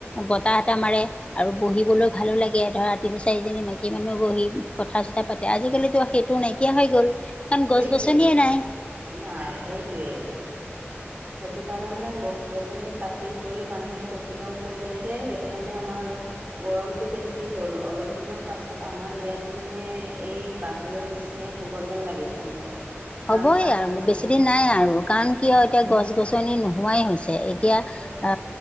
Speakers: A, on the left; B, on the right.
A: বতাহ এটা মাৰে আৰু বহি বলেও ভালো লাগে ধৰা তিনি চাৰিজনী মাইকী মানুহ বহি কথা চথা পাতে আজিকালিতো সেইটো নাই কিয়া হৈ গ'ল। কাৰণ
B: সেইটোৱে
A: গছ গছনিয়ে নাই
B: নাই সেইটোৱে সেইটো কাৰণে মানে গছ গছনি কাটি কৰি মানুহে তহিলং কৰিলে যে সেইটো কাৰণে আমাৰ গৰমটো বেছি হ'ল অলপ দিনৰ পাছত আমাৰ ইয়াতো মানে এই বাহিৰৰ নিচি নাই হ'ব যেন লাগিছে মোৰ। কাৰণ
A: হ'বই
B: বাহিৰ
A: আৰু বেছি দিন নাই আৰু, কাৰণ কিয় এতিয়া গছ গছনি নোহোৱাই হৈছে। এতিয়া
B: সেইটোৱে
A: আ